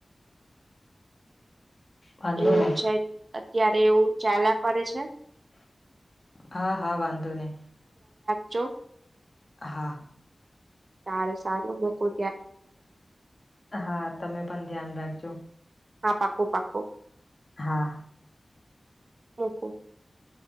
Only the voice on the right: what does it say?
એવું
છે, અત્યારે એવું ચાલા કરે છે.
ચો
સાર સારું બકુલ
હા પાકું પાકું
<unintelligible>